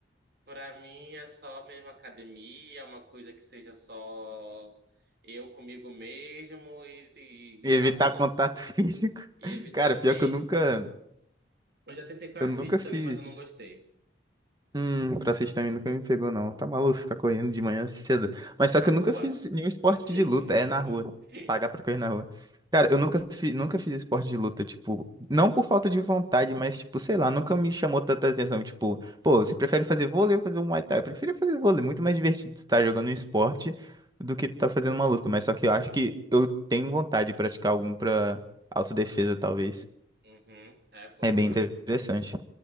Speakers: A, on the right; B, on the right.
A: pra mim é só mesmo academia, é uma coisa que seja só eu comigo mesmo e, e,
B: Evitar
A: e tá bom.
B: contato <laughs> físico.
A: E evitar,
B: Cara,
A: eu nem.
B: pior que eu nunca,
A: Eu já tentei CrossFit
B: eu nunca fiz.
A: também, mas eu não gostei.
B: Hum, crossfit também nunca me pegou, não. Tá maluco ficar correndo de manhã cedo. Mas só
A: Na
B: que eu nunca
A: rua.
B: fiz nenhum esporte
A: <laughs>
B: de luta. É na rua. Pagar pra correr na rua. Cara, eu nunca fiz, nunca fiz esporte de luta, tipo, não por falta de vontade, mas, tipo, sei lá, nunca me chamou tanta atenção. Tipo, pô, você prefere fazer vôlei ou fazer um Muay Thai? Eu prefiro fazer vôlei, muito mais divertido estar jogando um esporte do que estar fazendo uma luta. Mas só que eu acho que eu tenho vontade de praticar algum pra autodefesa, talvez.
A: Uhum, é bom,
B: É bem
A: né?
B: interessante.